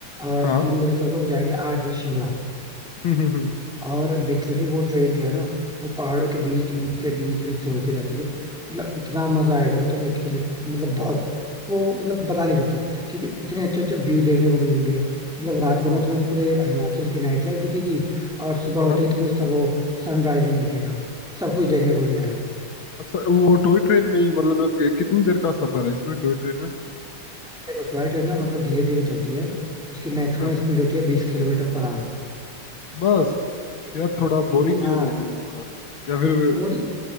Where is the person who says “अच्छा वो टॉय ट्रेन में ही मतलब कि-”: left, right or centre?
Left